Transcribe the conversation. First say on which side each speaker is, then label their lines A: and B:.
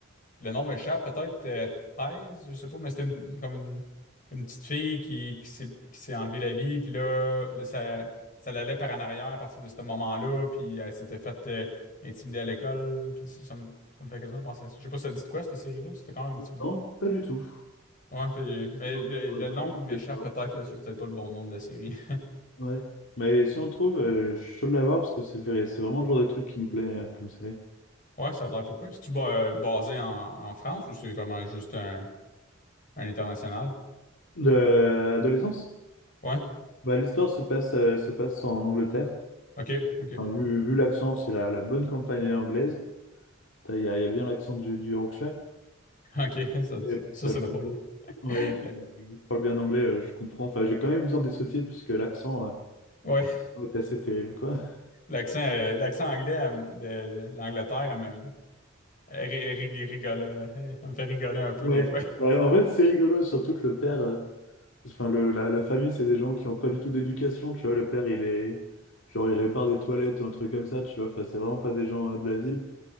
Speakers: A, on the left; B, on the left.
A: Le nom m'échappe, peut-être euh, 13, je sais pas, mais c'était une- comme une, une petite fille qui, qui s'est qui s'est enlevée la vie, puis là, là, ça, ça l'allait par en arrière à partir de ce moment-là, puis elle s'était faite euh, intimider à l'école, puis ça, ça me, ça me fait quasiment penser à ça. Je sais pas, si ça dit de quoi cette série-là? Ça fait quand même un petit bout,
B: Non,
A: là.
B: pas du tout.
A: Ouais, puis- mais
B: Si je reprends
A: le, le
B: la journée,
A: nom,
B: parce que
A: il m'échappe
B: c'est vraiment
A: peut-être,
B: très
A: là, c'est
B: cool.
A: peut-être pas le bon nom de la série. <laughs>
B: Ouais. Mais si on trouve, euh, je suis chaud de l'avoir parce que c'est c'est vraiment le genre de truc qui me plaît euh, comme ça.
A: Ouais, ça a l'air pas pire. C'est-tu ba- basé en, en France ou c'est vraiment juste un, un international?
B: De euh, adolescence
A: Ouais,
B: Bah, l'histoire se passe, euh, se passe en Angleterre.
A: ok, ok.
B: Enfin, vu vu l'accent, c'est la, la bonne campagne anglaise. T'as- Il y a, il y a bien l'accent du, du Yorkshire.
A: Ok, ça,
B: Et bon,
A: ça,
B: enfin,
A: c'est
B: je,
A: drôle. <laughs>
B: ouais,
A: Le-
B: je parle bien anglais, euh, je comprends. Enfin, j'ai quand même besoin des sous-titres parce que l'accent euh,
A: Ouais,
B: est assez terrible, quoi. <laughs>
A: l'accent euh, l'accent anglais elle de, de l'Angleterre, elle me, elle ri- ri- rigole, euh, elle me fait rigoler un peu
B: Ouais.
A: des fois.
B: Bah, en fait, c'est rigolo, surtout que le père, euh, enfin, le, la, la famille, c'est des gens qui n'ont pas du tout d'éducation, tu vois. Le père, il est, genre, il répare des toilettes ou un truc comme ça, tu vois. Enfin, c'est vraiment pas des gens euh, de la ville.